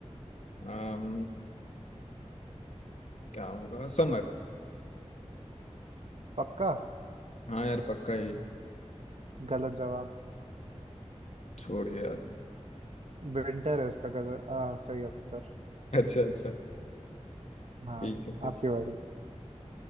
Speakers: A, on the left; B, on the right.
A: अम, क्या होगा समर
B: पक्का
A: हाँ यार पक्का ही
B: गलत जवाब
A: छोड़िए यार।
B: विंटर है इसका गलत आ, सही उत्तर
A: अच्छा अच्छा
B: हाँ
A: ठीक है फिर
B: आपकी बारी